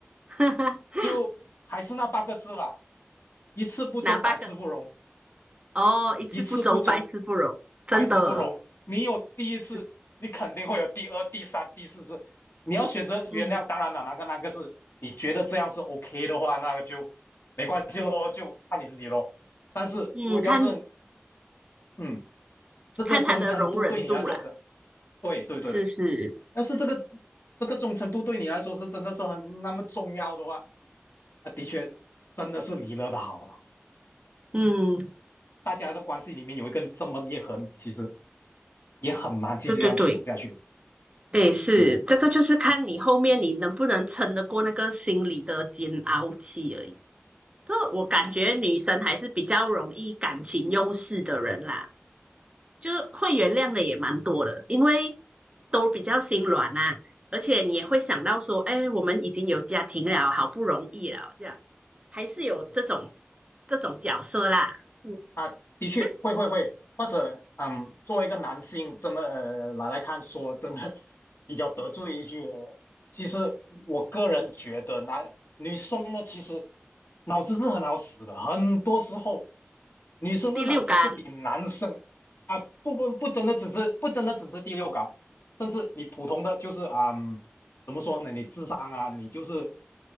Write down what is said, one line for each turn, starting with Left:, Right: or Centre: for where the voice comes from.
Right: <laughs>
Left: 就还是那八个字啦，一次不忠，
Right: 哪八个？
Left: 百次不容；
Right: 哦，一次不忠，
Left: 一次不忠，
Right: 百次不容，真的
Left: 百次不容。你有第一次，
Right: 是
Left: 你肯定会有第二、第三、第四次。你要选择原谅，
Right: 嗯
Left: 当然了，哪个哪个是你觉得这样是 OK 的话，那个就没关系咯，就看你自己咯。但是如果要是
Right: 嗯，看
Left: 嗯。这个忠诚度对你来说是，
Right: 看他的容忍度啦，
Left: 对对对，
Right: 是是。
Left: 要是这个这个忠诚度对你来说是真的是很那么重要的话，啊，的确真的是离了的好了。
Right: 嗯，
Left: 大家的关系里面有一个这么裂痕，其实也很难继续这样处下去。
Right: 对对对，对，是，
Left: 嗯，
Right: 这个就是看你后面你能不能撑得过那个心理的煎熬期而已。不过我感觉女生还是比较容易感情用事的人啦，就会原谅的也蛮多的，因为都比较心软啊，而且你也会想到说，哎，我们已经有家庭了，好不容易了，这样还是有这种这种角色啦。嗯，
Left: 啊，的确会会会，
Right: 这样
Left: 或者嗯，作为一个男性这么呃来来看说，真的比较得罪一句哦。其实我个人觉得男女生呢，其实脑子是很好使的，很多时候女生的脑子是比男生啊不不不真的只是不真的只是第六感，
Right: 第六感，
Left: 甚至你普通的就是啊、嗯怎么说呢？你智商啊，你就是